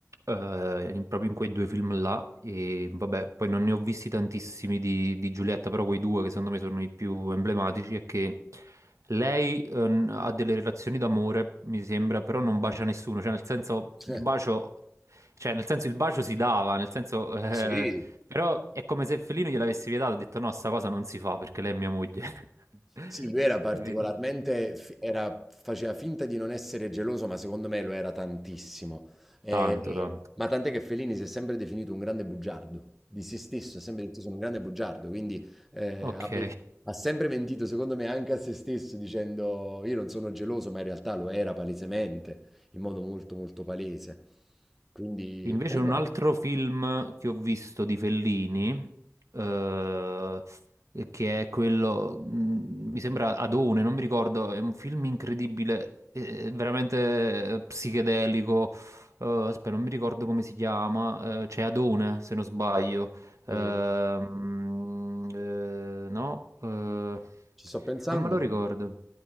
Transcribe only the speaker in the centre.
<laughs>
Sì,
Sì, lui era particolarmente,
fi- era- faceva finta di non essere geloso, ma secondo me lo era tantissimo. E-
ma tant'è che Fellini si è sempre definito un grande bugiardo, di se stesso, ha sempre detto sono un grande bugiardo, quindi eh,
ha, me- ha sempre mentito, secondo me, anche a se stesso, dicendo io non sono geloso, ma in realtà lo era palesemente, in modo molto molto palese. Quindi,
comunque,
ora,
eh,
ci sto pensando.